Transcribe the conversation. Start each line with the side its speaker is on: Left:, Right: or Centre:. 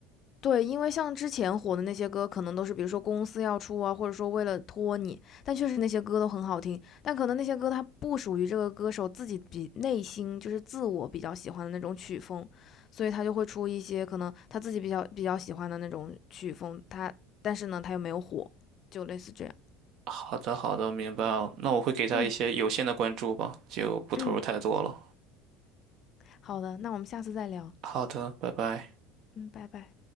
Left: 对，因为像之前火的那些歌，可能都是比如说公司要出啊，或者说为了托你，但确实那些歌都很好听，但可能那些歌它不属于这个歌手自己比内心就是自我比较喜欢的那种曲风，所以他就会出一些可能他自己比较比较喜欢的那种曲风，他但是呢他又没有火，就类似这样。
Right: 好的，好的，我明白了。那我会给他一些有限的关注吧，
Left: 嗯
Right: 就不投入太多了。
Left: 嗯，好的，那我们下次再聊。
Right: 好的，拜拜。
Left: 嗯，拜拜。